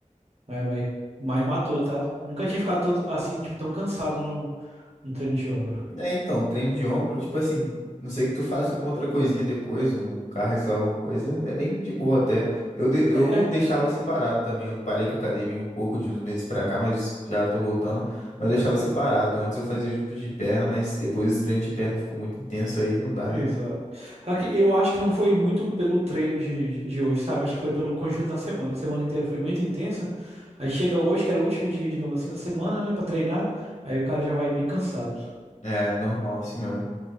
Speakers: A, on the right (about 50°); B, on the left (about 70°).
A: mas, mas, mas matou, tá? Nunca tinha ficado tanto, assim, tipo, tão cansado no, no treino de ombro.
B: É, então, treino de ombro, tipo assim, não sei que tu faça alguma outra coisinha depois, um cardio, sei lá, alguma coisa, é bem de boa até. Eu, de- eu
A: É, é
B: deixava separado também, eu parei com a academia um pouco, de uns meses pra cá, mas já tô voltando, mas eu deixava separado. Antes eu fazia junto de perna, mas depois os treinos de perna ficou muito intenso aí, não dá,
A: Exato.
B: né?
A: Aqui, eu acho que não foi muito pelo treino de, de hoje, sabe? Acho que foi pelo conjunto da semana. A semana inteira foi muito intensa. Aí chega hoje, que era o último dia, digamos assim, da semana, né, pra treinar. Aí o cara já vai bem cansado.
B: É, normal, assim mesmo.